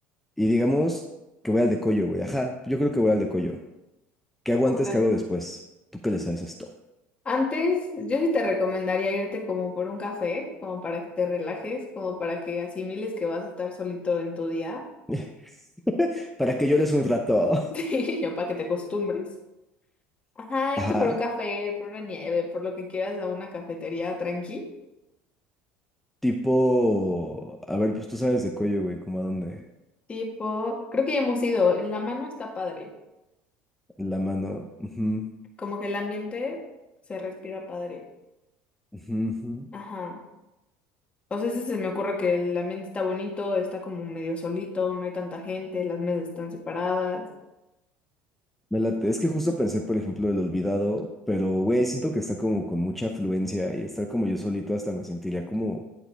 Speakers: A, in the centre; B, on the left.
A: Y digamos que voy al de Coyo, güey. Ajá, yo creo que voy al de Coyo. ¿Qué hago
B: ok.
A: antes? ¿Qué hago después? ¿Tú qué le sabes a esto?
B: Antes, yo sí te recomendaría irte como por un café, como para que te relajes, como para que asimiles que vas a estar solito en tu día,
A: <laughs> Para que llores un rato.
B: <laughs> sí, ya para que te acostumbres. Ajá,
A: <laughs> Ajá.
B: irte por un café, por una nieve, por lo que quieras a una cafetería tranqui.
A: Tipo, a ver, pues tú sabes de Coyo, güey, como a dónde.
B: Tipo, creo que ya hemos ido. En la mano está padre.
A: La mano. Ujú,
B: Como que el ambiente se respira padre.
A: ujú, ujú.
B: Ajá. O sea, sí se me ocurre que el ambiente está bonito, está como medio solito, no hay tanta gente, las mesas están separadas.
A: Me late. Es que justo pensé, por ejemplo, el olvidado, pero, güey, siento que está como con mucha afluencia y estar como yo solito hasta me sentiría como